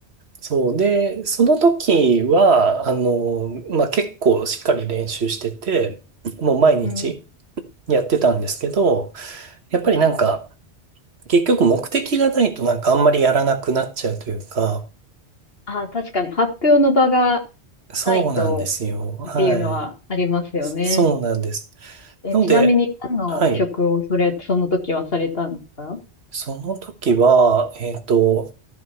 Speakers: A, on the right; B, on the left.
A: そう。で、その時は、あの、まあ、結構しっかり練習してて、もう毎日
B: うん。
A: やってたんですけど、やっぱりなんか、
B: うん。
A: 結局目的がないとなんかあんまりやらなくなっちゃうというか、
B: あ、確かに発表の場が
A: そうなんですよ。
B: ないと
A: はい。
B: っていうのはありますよね。
A: そうなんです。
B: え、
A: なので、
B: ちなみに何の曲をそれ、
A: はい。
B: その時はされたんですか
A: その時は、えっと、